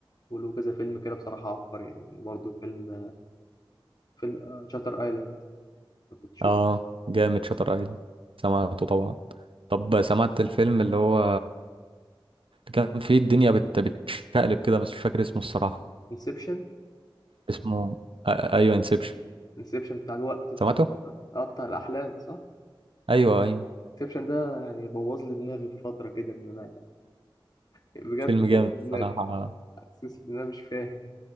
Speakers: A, on the left; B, on the right.
A: وله كذا فيلم كده بصراحه عبقري يعني برضو فيلم فيلم شاتر ايلاند اللي كنت شفته
B: اه جامد شاتر ايلاند سمعته طبعا طب سمعت الفيلم اللي هو كان في الدنيا بت... بتشقلب كده بس مش فاكر اسمه الصراحة
A: انسبشن
B: اسمه آ... ايوه انسبشن
A: انسبشن بتاع الوقت والكلام
B: سمعته؟
A: ده صح؟ اه بتاع الاحلام صح
B: ايوه ايوه
A: انسبشن ده يعني بوظ لي دماغي في فتره كده ان انا بجد
B: فيلم
A: بوظ
B: جامد
A: لي
B: الصراحة
A: دماغي حاسس ان انا مش فاهم